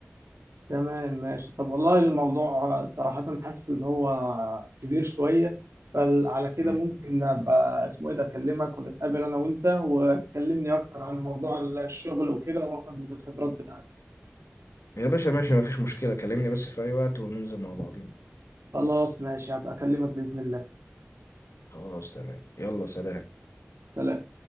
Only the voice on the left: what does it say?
مم.
يا باشا ماشي مفيش مشكله كلمني بس في اي وقت وننزل مع بعضين
خلاص تمام يلا سلام